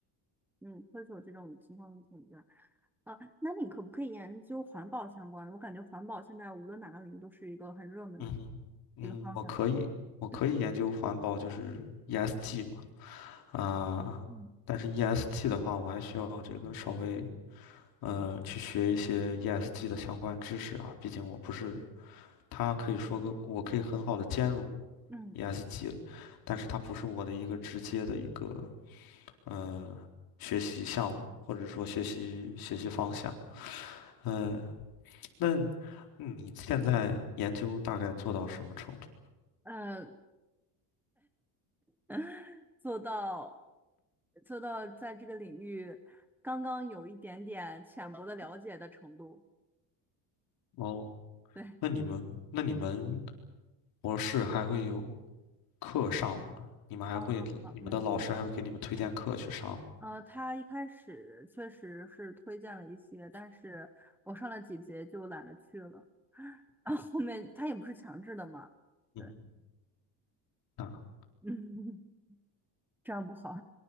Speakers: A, in the centre; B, on the left.
A: 嗯，会是有这种情况的存在。啊，那你可不可以研究环保相关的我感觉环保现在无论哪个领域都是一个很热门的
B: 嗯哼，嗯，
A: 一个方向。
B: 我可以，我可以研究环保，
A: 对，
B: 就是 ESG 嘛，啊，
A: 嗯
B: 但是 ESG 的话，我还需要这个稍微呃去学一些 ESG 的相关知识啊，毕竟我不是，它可以说个，我可以很好的兼容
A: 嗯
B: ESG，但是它不是我的一个直接的一个呃学习项目，或者说学习学习方向，嗯，那你现在研究大概做到什么程度？
A: 呃，<laughs> 做到做到在这个领域刚刚有一点点浅薄的了解的程度。
B: 哦
A: 对，
B: 那你们那你们模式还会有课上吗？你们还会你们的老师还会给你们推荐课去上吗？
A: 哦，没有。呃，他一开始确实是推荐了一些，但是我上了几节就懒得去了。然后后面他也不是强制的嘛。
B: 嗯
A: 对。
B: 哼啊，
A: 嗯，这样不好。